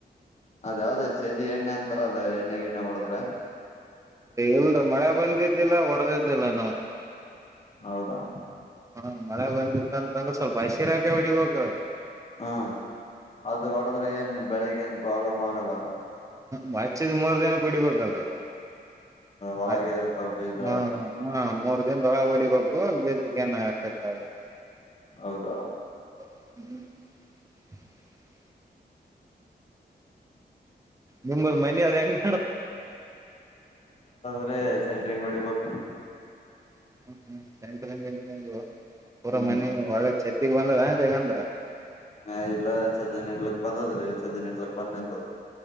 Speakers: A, on the left; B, on the right.
A: ಅದ್ ಯಾವ್ದದ್ ಚದಿ ಎಣ್ಣೆ ಅಂತಾರಲ್ಲ ಎಣ್ಣೆ ಗಿಣ್ಣೆ ಹೊಡದ್ರಾ.
B: ಇಲ್ರ ಮಳೆ ಬಂದಿದ್ದಿಲ್ಲ ಹೊಡೆದಿದ್ದಿಲ್ಲ ನಾ.
A: ಹೌದಾ.
B: ಹ್ಮ ಮಳೆ ಬಂದಿತ್ತಂತಂದ್ರೆ ಸ್ವಲ್ಪ ಹಸಿರಾಕೆ ಹೊಡಿಬೇಕದು.
A: ಹಾ ಅದು ಹೊಡೆದ್ರೆ ಏನ್ ಬೆಳಿಗ್ ಏನ್ ಪ್ರಾಬ್ಲಮ್ ಆಗಲ್ಲ.
B: ಮಚದ ಮೂರ್ ದಿನಕ್ಕೆ ಹೂಡಿಬೇಕಲ್ರ.
A: ಒಳಗೆ
B: ಅ
A: ಇರ್ತಾವ ಬೀಜ
B: ಹಾ ಹಾ. ಮೂರು ದಿನ ದವಳಗ್ ಹೊಡಿಬೇಕ ಬಿಜಕ ಏನು ಎಫೆಕ್ಟ್ ಆಗಲ್ಲ.
A: ಹೌದಾ.
B: <inaudible> ನಿಮದು ಮನ ಅದ ಹೆಂಗ.
A: ಅದೇ ಸೆಂಟ್ರಿಂಗ್ ಹೊಡಿಬೇಕು.
B: <unintelligible>
A: ಹ್ಮ್
B: <unintelligible>
A: ಹ ಇಲ್ಲ ಸಜ್ಜನೆೆಂಟ್ಲಕ್ ಬಂದದ್ರಿ ಸಜ್ಜ ಹೆಂಟ್ಲಕ್ ಬಂದೆಂತು.